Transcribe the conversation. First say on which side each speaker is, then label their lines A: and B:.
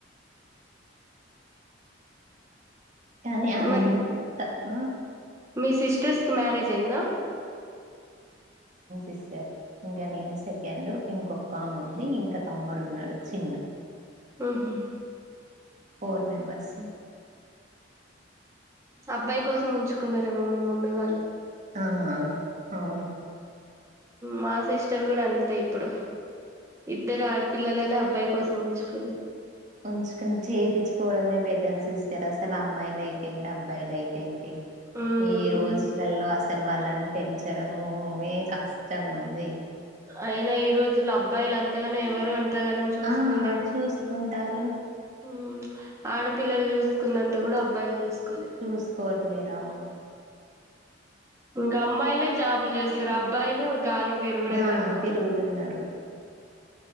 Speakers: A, on the right; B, on the right.
A: కానీ అంత
B: మరి
A: ఆ
B: మీ సిస్టర్స్ మ్యారేజ్ అయిందా
A: ఎస్ ఇంకా నేన్ సెకండ్ ఇంకొక్క ఆము ఉంది ఇంకా తమ్ముడు ఉన్నాడు చిన్న
B: ఆహా
A: ఫోర్ మెంబర్స్
B: అబ్బాయి కోసం ఉంచుకున్నారేమో మీ మమ్మీ వాళ్ళు
A: ఆ అవును
B: మా సిస్టర్ కూడా అంతే ఇప్పుడు ఇద్దరు ఆడపిల్లలనే అబ్బాయి కోసం ఉంచుకుంది
A: ఉంచుకుని చేపించుకోవడమే బెటర్ సిస్టర్ అసలు అమ్మాయిలు అయితే ఏంటి అబ్బాయిలు అయితే ఇంకా ఏంటి
B: ఉమ్
A: ఈ రోజులలో అస సలు వాళ్ళని పెంచడమో కష్టంగా ఉంది
B: అయినా ఈ రోజులు అబ్బాయిలు అంతగానే ఎవరు అన్ తేగానన్ చూసుకుండేది
A: ఆ చూసుకుంటారు
B: మ్మ్ ఆడపిల్లలు చూసుకున్నంత కూడా అబ్బాయిలు చూసుకు
A: చూసుకోవ్ ట్లేర అని
B: ఇంకా అమ్మాయిలే జాబులు చేస్తారు అబ్బాయిలు గాలికి తీరుగూడె
A: ఆ
B: సరిపోతుంది
A: తిరుగుతున్నారు